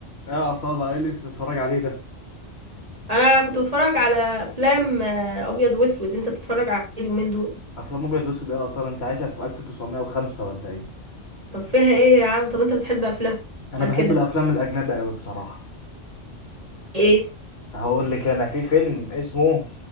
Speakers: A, on the left; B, on the right.
A: يا أصالة ايه اللي انت بتتفرج عليه ده
B: انا كنت بتفرج على افلام آه، ابيض واسود انت بتتفرج على إيه اليومين دول
A: افلام ابيض واسود إيه يا أصالة انت عايشة في 1905 ولا ايه
B: طب فيها ايه يا عم طب انت بتحب افلام
A: انا بحب
B: كده
A: الافلام الاجنبي قوي بصراحة
B: ايه
A: هقول لك انا في فيلم اسمه